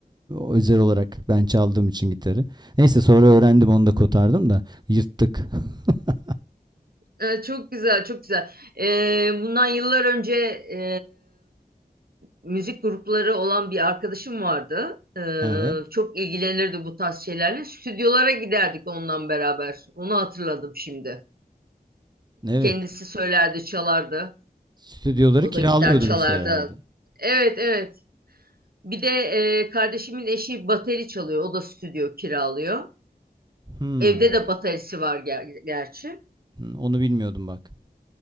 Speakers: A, on the right; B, on the right.
A: özel olarak ben çaldığım için gitarı. Neyse sonra öğrendim onu da kotardım da yırttık. <laughs>
B: Ee, çok güzel, çok güzel. Ee, bundan yıllar önce e, müzik grupları olan bir arkadaşım vardı. Ee,
A: Evet.
B: çok ilgilenirdi bu tarz şeylerle. Stüdyolara giderdik ondan beraber. Onu hatırladım şimdi.
A: Evet.
B: Kendisi söylerdi, çalardı.
A: Stüdyoları
B: O
A: kiralıyordunuz
B: da gitar çalardı.
A: herhalde.
B: Evet, evet. Bir de e, kardeşimin eşi bateri çalıyor. O da stüdyo kiralıyor.
A: Hmm.
B: Evde de baterisi var ger gerçi.
A: Hmm, Onu bilmiyordum bak.